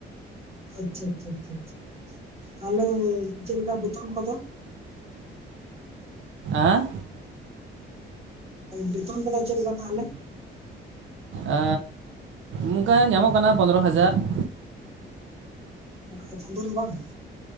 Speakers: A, on the right; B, on the right.
A: ᱟᱪᱪᱷᱟ ᱟᱪᱪᱷᱟ ᱟᱪᱪᱷᱟ ᱟᱪᱪᱷᱟ ᱾ ᱛᱟᱦᱚᱞᱮ ᱪᱮᱫ ᱞᱮᱠᱟ ᱵᱮᱛᱚᱱ ᱠᱚᱫᱚ?
B: ᱦᱮᱸ ᱾
A: ᱵᱮᱛᱚᱱ ᱠᱚᱫᱚ ᱪᱮᱫ ᱞᱮᱠᱟ ᱛᱟᱦᱚᱞᱮ?
B: ᱮᱻ ᱚᱱᱠᱟ ᱧᱟᱢᱚᱜ ᱠᱟᱱᱟ ᱯᱚᱱᱫᱽᱨᱚ ᱦᱟᱡᱟᱨ ᱾
A: ᱚᱱᱠᱟ ᱪᱟᱸᱫᱳ ᱨᱮ ᱵᱟᱝ?